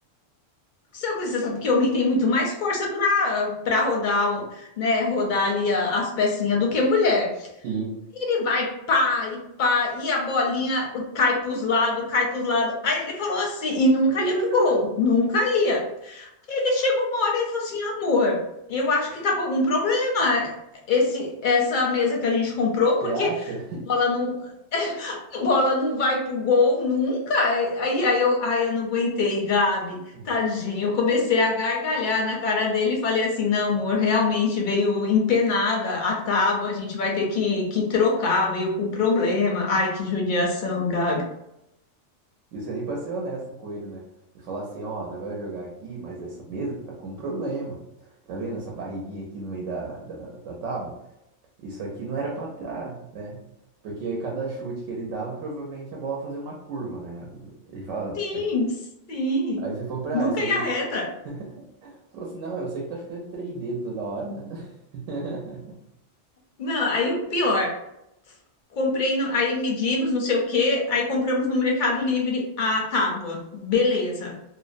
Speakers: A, on the left; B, on the right.
A: Só que você sabe que homem tem muito mais força para para rodar, o- né, rodar ali a- as pecinhas do que mulher.
B: Sim.
A: Ele vai pá e pá, e a bolinha cai pros lados, cai pros lados. Aí ele falou assim, e nunca
B: <laughs>
A: ia pro gol, nunca ia. Ele chegou uma hora e falou assim, amor, eu acho que tá com algum problema esse, essa mesa que a gente comprou, porque
B: Você acha?
A: a bola não a bola não vai pro gol nunca. Aí, aí, eu, aí eu não aguentei, Gabi,
B: Uhum.
A: tadinho. Eu comecei a gargalhar na cara dele e falei assim: não, amor, realmente veio empenada a tábua, a gente vai ter que, que trocar, veio com problema. Ai, que judiação, Gabi.
B: E você nem pra ser honesta com ele, né? E falar assim, ó, nós vai jogar aqui, mas essa mesa tá com um problema. Tá vendo essa barriguinha aqui no meio da, da, da tábua? Isso aqui não era pra estar, né? Porque cada chute que ele dava, provavelmente a bola fazia uma curva, né? Ele fala,
A: Sim, sim.
B: Aí você falou pra,
A: Nunca
B: ah, isso
A: ia
B: aí.
A: reta.
B: Você falou assim, não, eu sei que tá chutando três dedos toda hora, né? <laughs>
A: Não, aí o pior. Comprei, no- aí medimos, não sei o quê, aí compramos no Mercado Livre a tábua. Beleza.